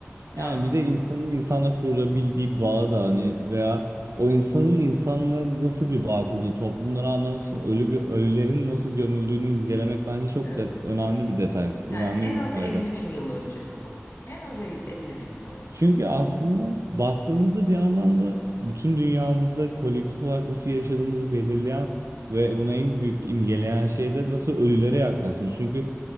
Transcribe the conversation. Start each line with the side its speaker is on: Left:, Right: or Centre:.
Left: Ya
Right: Yani bir de insanın insana kurabildiği bağ da hani veya o insanın insanla nasıl bir bağ kurduğu toplumları anlamak için ölü gö- ölülerin nasıl gömüldüğünü incelemek bence çok
Left: evet.
Right: da önemli bir detay, önemli
Left: Yani en
Right: bir
Left: az
Right: fayda.
Left: 50 bin yıl öncesi bu. En az el- 50 bin yıl öncesi.
Right: Çünkü aslında baktığımızda bir anlamda bütün dünyamızda kolektif olarak nasıl yaşadığımızı belirleyen ve buna en büyük imgeleyen şey de nasıl ölülere yaklaştığımız. Çünkü